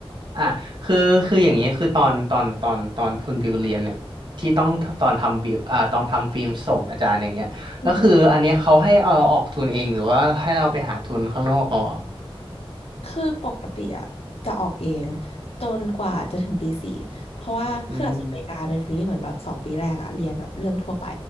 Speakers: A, on the right; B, on the left.
A: อ่ะคือคืออย่างนี้คือตอนตอนตอนตอนคุณบิวเรียนเนี่ยที่ต้องตอนทำบิวอ่าตอนทำฟิล์มส่งอาจารย์อย่างเงี้ยแล้วคืออันเนี้ยเขาให้เอาออกทุนเองหรือว่าให้เราไปหาทุนข้างนอกเขาอ่ะ
B: อืม คือปกติอะจะออกเองจนกว่าจะถึงปีสี่เพราะว่าคือหลักสูตรอเมริกาเป็นฟีลลิ่งเหมือนแบบสองปีแรกอะเรียนแบบเรื่องทั่วไป
A: อืม